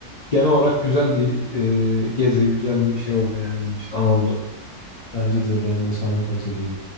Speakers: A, on the left; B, on the left.
A: genel olarak güzel bir e, gezi, güzel bir şey oldu yani bizim için an oldu.
B: Bence de ben de sana katılıyorum.